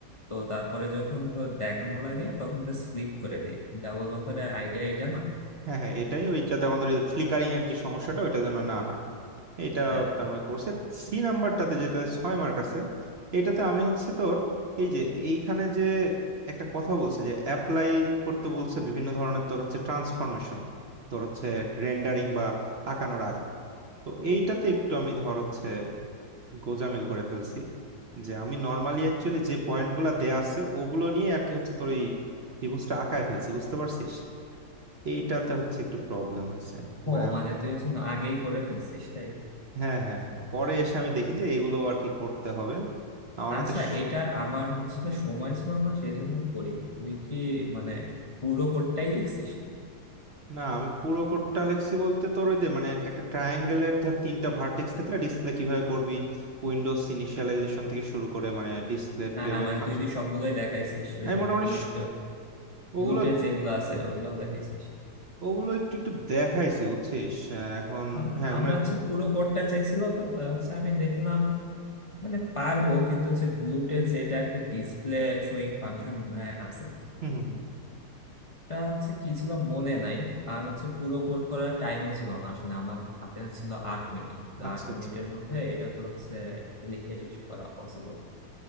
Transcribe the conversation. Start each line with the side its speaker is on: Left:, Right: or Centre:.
Left: তো তারপরে যখন তো দেখানো লাগে তখন জাস্ট ফ্লিপ করে দিই ডাবল বাফারের আইডিয়া এটা না
Right: হ্যাঁ হ্যাঁ এটাই ওই যাতে আমাদের ফ্লিকারিং এর যে সমস্যাটা ওইটা যেন না হয় এটা
Left: হ্যাঁ হ্যাঁ
Right: তার মানে কোর্সে সি নাম্বারটাতে যেটা ছয় মার্ক আছে এটাতে আমি হচ্ছে তোর এই যে এইখানে যে একটা কথা বলছে যে অ্যাপ্লাই করতে বলছে বিভিন্ন ধরনের তোর হচ্ছে ট্রান্সফরমেশন তোর হচ্ছে রেন্ডারিং বা আঁকানোর আগে তো এইটাতে একটু আমি ধর হচ্ছে গোজামিল করে ফেলছি যে আমি নর্মালি অ্যাকচুয়ালি যে পয়েন্টগুলো দেয়া আছে ওগুলো নিয়ে আর কি হচ্ছে তোর ওই ত্রিভুজটা আঁকায় ফেলছি বুঝতে পারছিস এইটাতে হচ্ছে একটু প্রবলেম হয়েছে
Left: ও
Right: মানে
Left: মানে তুই হচ্ছে না আগেই করে ফেলছিস তাই
Right: হ্যাঁ হ্যাঁ হ্যাঁ। পরে এসে আমি দেখি যে এগুলো আর কি করতে হবে আমার
Left: আচ্ছা
Right: হাতে স-
Left: এটা আমার আসলে সময় ছিল না সেই জন্য করিনি তুই কি মানে পুরো কোডটাই লিখছিস
Right: না আমি পুরো কোডটা লিখছি বলতে তোর ওই যে মানে একটা ট্রায়াঙ্গেলের ধর তিনটা ভার্টেক্স থাকলে ডিসপ্লে কিভাবে করবি উইন্ডোজ ইনিশিয়ালাইজেশন থেকে শুরু করে মানে ডিসপ্লে
Left: হ্যাঁ
Right: প্লেব্যাক
Left: হ্যাঁ মানে
Right: ফাংশন
Left: তুই কি সবগুলোই দেখাইছিস ওই
Right: আমি
Left: যে
Right: মোটামুটি
Left: গ্লুট
Right: স- ওগুলো
Left: গ্লুটে যেগুলো আছে ওগুলাও দেখাইছিস
Right: ওগুলো একটু একটু দেখাইছি বুঝছিস আহ, এখন
Left: আম-
Right: হ্যাঁ
Left: আমি
Right: মানে
Left: হচ্ছে পুরো কোডটা চাইছিল তো তা হচ্ছে আমি দেখলাম মানে পারবো কিন্তু হচ্ছে গ্লুটে যেটা একটা ডিসপ্লে শোয়িং ফাংশন মনে হয় আছে
Right: হুম হুম হুম
Left: এটা হচ্ছে কি ছিল মনে নাই আর হচ্ছে পুরো কোড করার টাইমও ছিল না আসলে আমার তো হাতে ছিল আট মিনিট তো
Right: আচ্ছা
Left: আট মিনিটের
Right: আচ্ছা
Left: মধ্যে এটা তো হচ্ছে লিখে শেষ করা পসিবল